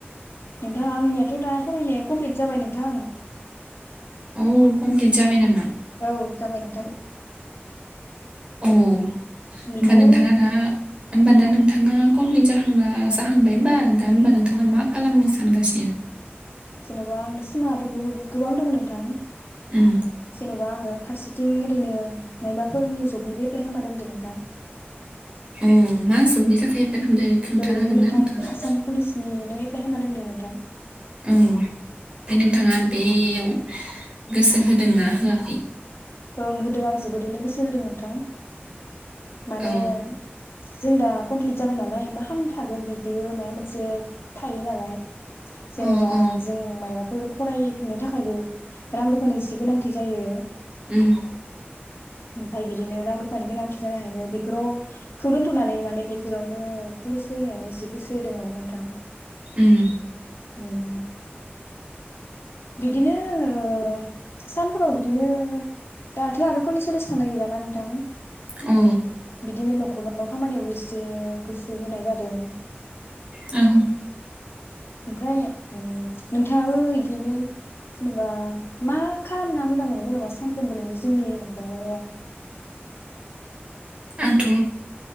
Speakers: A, on the left; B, on the right.
A: नोंथां आंनियाथ' दा फरायनाया कमप्लिट जाबाय नोंथां
B: औ कमप्लिट जाबाय नामा
A: औ जाबाय नों
B: औ होमबा
A: बिदिनो
B: नोंथाङा दा होमबाना नोंथाङा कमप्लिट जाहांना जाहांबाय होनबा दा होमबा नोंथाङा मा खालामनो सानगासिनो
A: जेनबा सिमाङाथ' बहुत गोबां दङ नोंथां
B: उम
A: जेन'बा आङो फारसेथिं ओरैनो मायबाफोरनि जबनिबो एप्लाइ खालामना दोनदों नोंथां
B: औ मा जबनि थाखाय एप्लाइ खालामदो खोन्थानो
A: ओरैनो
B: हागोन
A: नोंथां
B: ना नोंथाङा
A: आसाम पुलिसनिनो एप्लाइ खालामना दोनदो नोंथां
B: ओम ओमफ्राय नोंथाङा बेयाव गोसो होदोंना होआखै
A: ओं होदों आं जोबोरैनो गोसो होदों नोंथां माने
B: औ
A: जों दा कमप्लिट जाबाय नालाय मा खामना थागोन बिदिबो माबा मोनसे थायो नालाय जेन'बा
B: औ औ
A: जों मायबाफोर फरायफिननो थाखायबो रां रुफानि एसे गोनांथि जायो।
B: ओम
A: ओमफ्राय बिदिनो रां रुफानि गोनांथि जानायखायनो बेफोरावखौ दोनथ'नानै माने बेफोरावनो पुलिस फोरनियावनो एसे गोसो होदों माने नोंथां
B: ओम
A: ओम बिदिनो ओ सानफोराव बिदिनो दाथो आरो कलेज सलेज थांनाय गैला ना नोंथां
B: औ
A: बिदिनो न'खराव खामानियावबो एसे गोसो होनाय जादों
B: ओं
A: ओमफ्राय नोंथाङाबो बिदिनो जेनेबा मा खालामना मोजां मोनो जेन'बा सानफ्रोमबो नोंनि जिउनि माबा
B: आंथ'